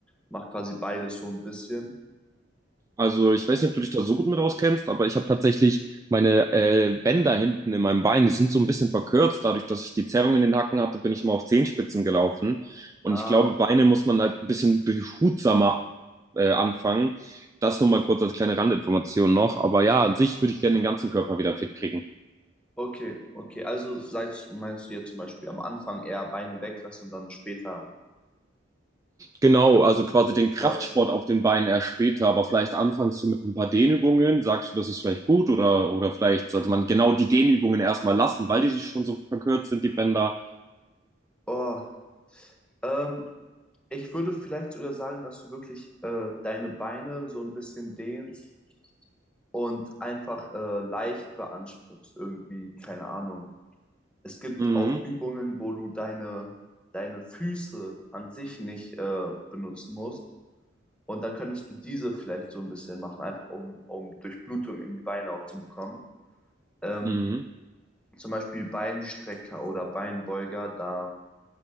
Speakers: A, in the centre; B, on the right.
A: mache quasi beides so ein bisschen?
B: Also ich weiß nicht, ob du dich da so gut mit auskennst, aber ich habe tatsächlich meine äh, Bänder hinten in meinem Bein, die sind so ein bisschen verkürzt. Dadurch, dass ich die Zerrung in den Hacken hatte, bin ich immer auf Zehenspitzen gelaufen. Und
A: Ah,
B: ich glaube,
A: okay,
B: Beine muss man halt ein bisschen behutsamer äh, anfangen. Das nur mal kurz als kleine Randinformation noch. Aber ja, an sich würde ich gerne den ganzen Körper wieder fit kriegen.
A: okay, okay. Also sagst, meinst du jetzt zum Beispiel am Anfang eher Beine weglassen und dann später?
B: Genau,
A: an-
B: also quasi den Kraftsport
A: Ja.
B: auf den Beinen erst später, aber vielleicht anfängst du mit ein paar Dehnübungen, sagst du, das ist vielleicht gut oder, oder vielleicht sollte man genau die Dehnübungen erstmal lassen, weil diese schon so verkürzt sind, die Bänder.
A: Oh, ähm, ich würde vielleicht sogar sagen, dass du wirklich äh, deine Beine so ein bisschen dehnst und einfach äh, leicht beanspruchst irgendwie, keine Ahnung. Es gibt
B: Mhm.
A: auch Übungen, wo du deine, deine Füße an sich nicht äh, benutzen musst. Und dann könntest du diese vielleicht so ein bisschen machen, einfach um, um Durchblutung in die Beine auch zu bekommen. Ähm,
B: Mhm.
A: zum Beispiel Beinstrecker oder Beinbeuger, da